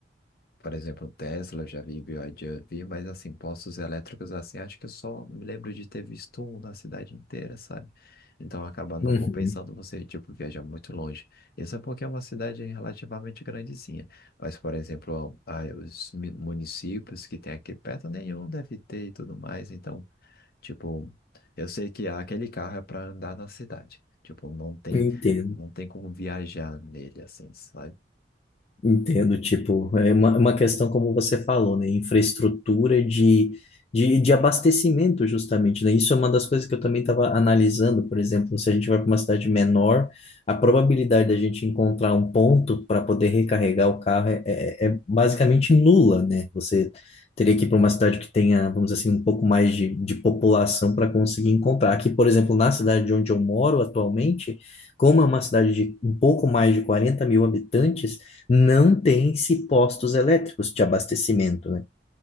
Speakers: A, on the left; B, on the left.
A: por exemplo, Tesla, eu já vi, BYD, eu vi, mas assim, postos elétricos assim, acho que eu só me lembro de ter visto um na cidade inteira, sabe? Então acaba não
B: uhum.
A: compensando você, tipo, viajar muito longe. Isso é porque é uma cidade relativamente grandezinha. Mas, por exemplo, ah, os mi- municípios que tem aqui perto, nenhum deve ter e tudo mais. Então, tipo, eu sei que aquele carro é para andar na cidade. Tipo, não tem,
B: Entendo.
A: não tem como viajar nele, assim, sabe?
B: Entendo, tipo, é uma, é uma questão como você falou, né? Infraestrutura de, de, de abastecimento, justamente, né? Isso é uma das coisas que eu também estava analisando, por exemplo, se a gente vai para uma cidade menor, a probabilidade da gente encontrar um ponto para poder recarregar o carro é, é, é basicamente nula, né? Você teria que ir para uma cidade que tenha, vamos dizer assim, um pouco mais de, de população para conseguir encontrar. Aqui, por exemplo, na cidade de onde eu moro atualmente, como é uma cidade de um pouco mais de 40 mil habitantes, não tem-se postos elétricos de abastecimento, né?